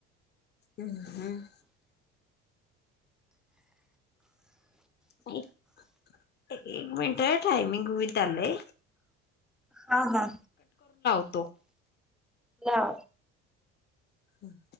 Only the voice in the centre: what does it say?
का हा
ला